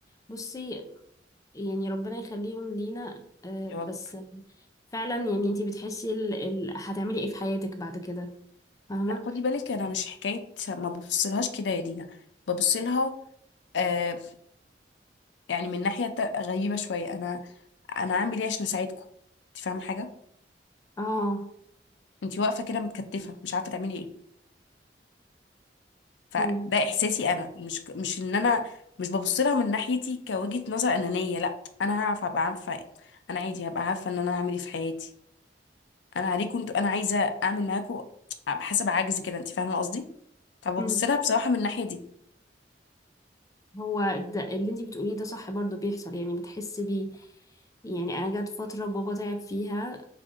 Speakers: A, on the left (about 20°); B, on the left (about 80°).
A: بصي يعني ربنا يخليهم لينا آه،
B: يا
A: بس
B: رب
A: فعلا يعني انتي بتحسي ال... ال... هتعملي ايه في حياتك بعد كده فاهمة
B: لا خدي بالك انا مش حكايه ما ببصلهاش كده يا دينا ببصلها آه يعني من ناحيه تا- غريبه شويه انا انا هعمل ايه عشان اساعدكم انت فاهمه حاجه
A: اه
B: انت واقفه كده متكتفه مش عارفه تعملي ايه فده
A: أمم،
B: احساسي انا مش مش ان انا مش ببص لها من ناحيتي كوجهة نظر انانية لا انا هعرف ابقى عارفة انا عادي هبقى عارفة ان انا هعمل ايه في حياتي انا عليكم انتوا انا عايزة اعمل معاكم حسب عجز كده انت فاهمة قصدي فببص
A: أمم.
B: لها بصراحة من الناحية دي
A: هو ده اللي انتي بتقوليه ده صح برضو بيحصل يعني بتحسي بيه يعني انا جت فترة بابا تعب فيها